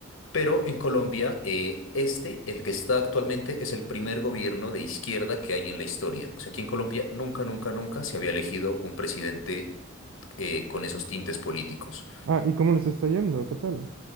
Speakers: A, on the left; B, on the right.
A: Pero en Colombia, eh, este, el que está actualmente, es el primer gobierno de izquierda que hay en la historia. O sea, aquí en Colombia nunca, nunca, nunca se había elegido un presidente eh, con esos tintes políticos.
B: Ah, ¿y cómo les está yendo? ¿Qué tal?